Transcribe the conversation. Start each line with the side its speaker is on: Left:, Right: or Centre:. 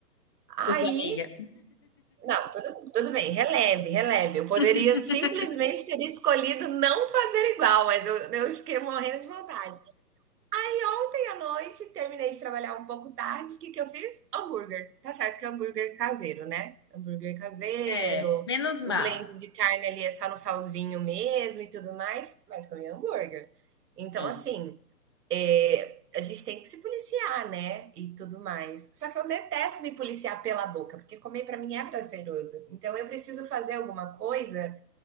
Right: Aí,
Left: Desculpa, amiga.
Right: não, tudo, tudo bem, releve, releve. Eu poderia
Left: <laughs>
Right: simplesmente ter escolhido não fazer igual, mas eu, eu fiquei morrendo de vontade. E ontem à noite terminei de trabalhar um pouco tarde. O que que eu fiz? Hambúrguer. Tá certo que é hambúrguer caseiro, né? Hambúrguer caseiro,
Left: É, menos mal,
Right: o blend de carne ali é só no salzinho mesmo e tudo mais, mas comi hambúrguer. Então,
Left: sim.
Right: assim, eh, a gente tem que se policiar, né? E tudo mais. Só que eu detesto me policiar pela boca, porque comer pra mim é prazeroso. Então, eu preciso fazer alguma coisa